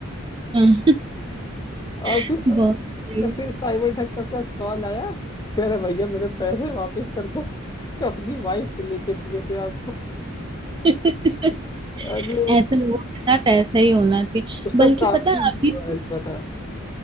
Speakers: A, on the right; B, on the left.
A: हम्म,
B: और
A: <laughs>
B: फिर
A: बहुत सही
B: फिर साइबर ठग का उसके पास कॉल आया कह रहा भैया मेरे पैसे वापस कर दो तो अपनी वाइफ के लेके दिए थे आपको
A: <laughs>
B: <laughs> अरे
A: ऐसे लोगों के साथ ऐसा ही होना चाहिए
B: उसका
A: बल्कि
B: काफी
A: पता है
B: वीडियो
A: अभी
B: वायरल
A: तो
B: हुआ था